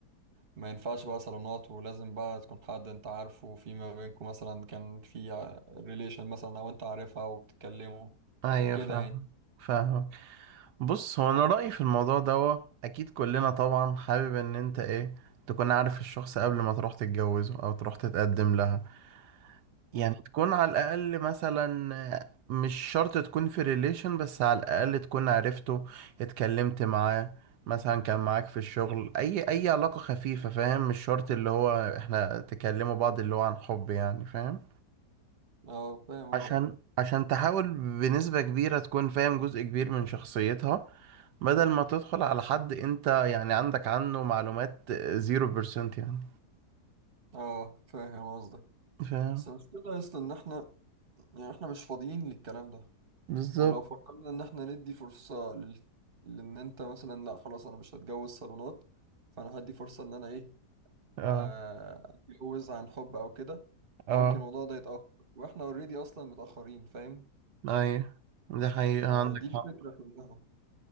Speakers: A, on the right (about 35°); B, on the right (about 80°).
A: ما ينفعش بقى صالونات ولازم بقى تكون حد أنت عارفه في ما بينكم مثلا كان في ريليشن مثلا أو أنت عارفها وبتتكلموا
B: ايوه
A: كده
B: فاهم
A: يعني
B: فاهم بص هو انا رأيي في الموضوع دوا اكيد كلنا طبعا حابب ان انت ايه تكون عارف الشخص قبل ما تروح تتجوزه او تروح تتقدم لها
A: مم.
B: يعني تكون على الأقل مثلا آه، مش شرط تكون في ريليشن بس على الأقل تكون عرفته اتكلمت معاه مثلا كان معاك في الشغل أي أي علاقة خفيفة فاهم مش شرط اللي هو احنا تكلموا بعض اللي هو عن حب يعني فاهم
A: اه فاهم
B: عشان
A: قصدك
B: عشان تحاول بنسبة كبيرة تكون فاهم جزء كبير من شخصيتها بدل ما تدخل على حد انت يعني عندك عنه معلومات زيرو بيرسنت يعني
A: اه فاهم قصدك
B: فاهم
A: بس المشكلة يا اسطى إن احنا يعني احنا مش فاضيين للكلام ده
B: بالظبط
A: ولو فكرنا إن احنا ندي فرصة لل... لأن أنت مثلا لأ خلاص أنا مش هتجوز صالونات فأنا هدي فرصة إن أنا إيه
B: اه
A: آه، اتجوز عن حب او كده
B: اه
A: ممكن الموضوع ده يتأخر واحنا اوريدي اصلا متأخرين فاهم
B: ايوه دي حقيقة
A: آه،
B: عندك
A: دي الفكرة
B: حق
A: كلها